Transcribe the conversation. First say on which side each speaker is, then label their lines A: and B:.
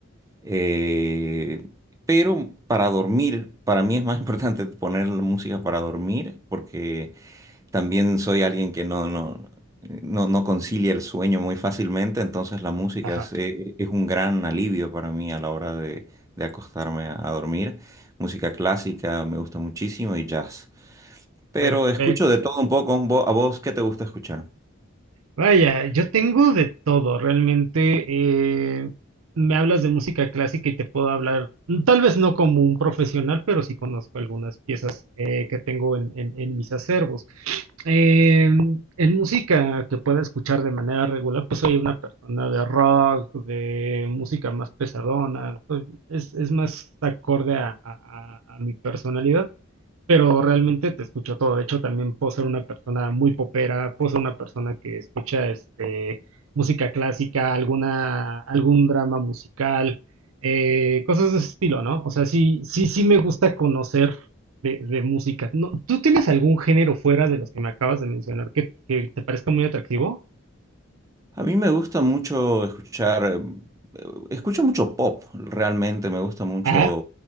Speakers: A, on the right (about 15°); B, on the right (about 90°).
A: Eh, pero para dormir, para mí es más <laughs> importante poner la música para dormir porque... También soy alguien que no, no, no, no concilia el sueño muy fácilmente, entonces la música
B: ajá,
A: es, eh, es un gran alivio para mí a la hora de, de acostarme a, a dormir. Música clásica me gusta muchísimo y jazz. Pero
B: perfecto.
A: escucho de todo un poco. ¿Vo- ¿A vos qué te gusta escuchar?
B: Vaya, yo tengo de todo, realmente. eh, me hablas de música clásica y te puedo hablar, mm, tal vez no como un profesional, pero sí conozco algunas piezas eh, que tengo en, en- en mis acervos. Eh, en música que pueda escuchar de manera regular, pues soy una persona de rock, de música más pesadona, soy- es, es más acorde a, a- a- a mi personalidad, pero realmente te escucho todo. De hecho, también puedo ser una persona muy popera, puedo ser una persona que escucha este, música clásica, alguna, algún drama musical, eh, cosas de ese estilo, ¿no? O sea, sí, sí, sí me gusta conocer de, de música. No, ¿tú tienes algún género fuera de los que me acabas de mencionar que, que te parezca muy atractivo?
A: A mí me gusta mucho escuchar, eh, escucho mucho pop, realmente me gusta mucho,
B: Ajá,